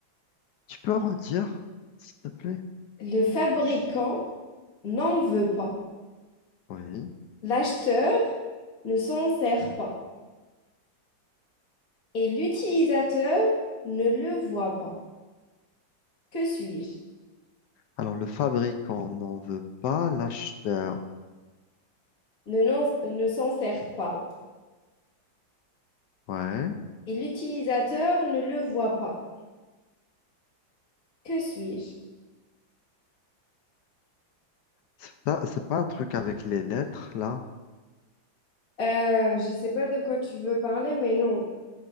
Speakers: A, on the left; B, on the left.
A: Tu peux redire, s'il te plaît?
B: Le fabricant n'en veut pas,
A: Oui.
B: l'acheteur ne s'en sert pas. et l'utilisateur ne le voit pas. Que suis-je?
A: Alors le fabricant n'en veut pas, l'acheteur.
B: Ne, non- ne s'en sert pas
A: Ouais.
B: et l'utilisateur ne le voit pas. Que suis-je?
A: C'est pas, c'est pas un truc avec les lettres là.
B: Euh, je sais pas de quoi tu veux parler, mais non.